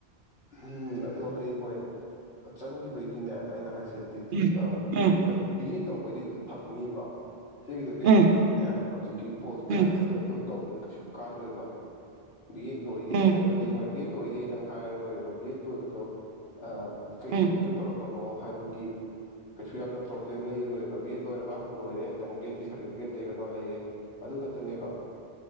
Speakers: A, on the left; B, on the right.
A: ꯎꯝ ꯑꯗꯣ ꯍꯌꯦꯡꯋꯥꯏ ꯆꯪꯈꯤꯕꯩꯗꯤꯅꯦ ꯑꯩꯅ ꯍꯥꯏꯁꯦ
B: ꯎꯝ ꯎꯝ
A: ꯆꯨꯝꯅ ꯕꯤ ꯑꯦꯗ ꯇꯧꯕꯩꯗꯤ ꯐꯪꯅꯤ ꯐ ꯁꯤꯒꯤꯗꯣ ꯕꯤ ꯑꯦ
B: ꯎꯝ
A: ꯇꯧꯕꯩꯁꯤꯅꯦ ꯍꯧꯖꯤꯛꯀꯤ ꯄꯣꯜ ꯁꯥꯏꯟꯁꯇ
B: ꯎꯝ
A: ꯑꯗꯨꯝ ꯇꯧꯕꯗ ꯀꯩꯁꯨ ꯀꯥꯏꯔꯣꯏꯕ ꯕꯤꯑꯦꯠ ꯂꯣꯏꯔꯦ
B: ꯎꯝ
A: ꯍꯥꯏꯕꯗꯣ ꯍꯌꯦꯡꯋꯥꯏ ꯕꯤꯌꯦꯠ ꯂꯣꯏꯔꯦꯗꯪ ꯍꯥꯏꯔ ꯂꯣꯏꯔꯦꯕ ꯕꯤꯑꯦꯠ ꯂꯣꯏꯕꯗꯣ ꯑꯥ ꯀꯩ
B: ꯎꯝ
A: ꯁꯞꯖꯦꯛꯇ ꯇꯧꯔꯛ ꯄꯅꯣ ꯍꯥꯏꯕꯒꯤ ꯀꯩꯁꯨ ꯌꯥꯝꯅ ꯄꯔꯣꯕ꯭ꯂꯦꯝ ꯂꯩꯔꯣꯏꯕ ꯕꯦꯠ ꯂꯣꯏꯔꯕ ꯂꯣꯏꯔꯦ ꯇꯪ ꯕꯦꯠꯀꯤ ꯁꯥꯔꯇꯤꯐꯤꯀꯦꯠ ꯂꯩꯔꯕ ꯂꯩꯔꯦ ꯑꯗꯨ ꯈꯛꯇꯅꯦꯕ